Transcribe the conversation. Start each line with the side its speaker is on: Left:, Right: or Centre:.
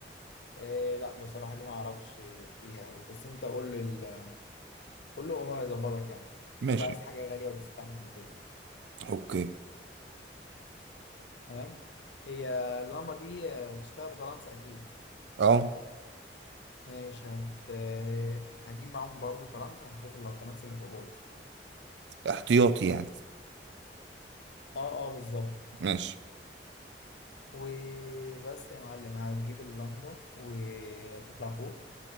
Left: آه لا بصراحة دي ما أعرفش فيها أوي، بس أنت قول له ال... قول له هو هيظبطك يعني
Right: ماشي
Left: قول له عايز حاجة غالية وتستحمل وكده
Right: اوكي
Left: تمام هي اللمبة دي آه، بتشتغل بترانس أكيد
Right: اه
Left: ماشي هت هجيب معاهم برضو ترانس عشان خاطر لو الترانس اللي فوق بايظ
Right: احتياطي يعني
Left: اه اه بالظبط
Right: ماشي
Left: وبس يا معلم هتجيب اللمبة وتطلع فوق